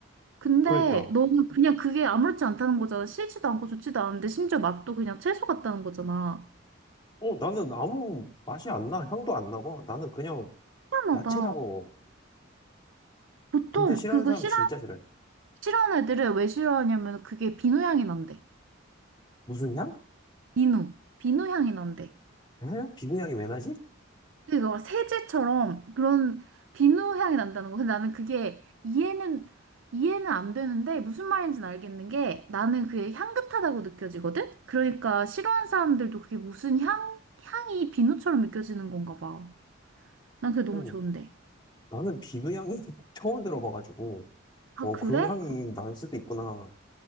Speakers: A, on the right; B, on the left.
A: 근데
B: 그러니까
A: 너는 그냥 그게 아무렇지 않다는 거잖아. 싫지도 않고 좋지도 않은데, 심지어 맛도 그냥 채소 같다는 거잖아.
B: 어, 나는 아무 맛이 안 나. 향도 안 나고 나는 그냥
A: 희한하다.
B: 야채라고.
A: 보통
B: 근데 싫어하는
A: 그거
B: 사람
A: 싫어,
B: 진짜 싫어해.
A: 싫어하는 애들은 왜 싫어하냐면 그게 비누향이 난대.
B: 무슨 향?
A: 비누, 비누 향이 난대.
B: 에? 비누 향이 왜 나지?
A: 근데 너가 세제처럼 그런 비누 향이 난다는 거. 근데 나는 그게 이해는, 이해는 안 되는데 무슨 말인지는 알겠는 게 나는 그게 향긋하다고 느껴지거든? 그러니까 싫어하는 사람들도 그게 무슨 향, 향이 비누처럼 느껴지는 건가 봐. 난 그게 너무
B: 어,
A: 좋은데.
B: 나는 비누 향이 <laughs> 처음 들어봐가지고
A: 아,
B: 어,
A: 그래?
B: 그런 향이 날 수도 있구나.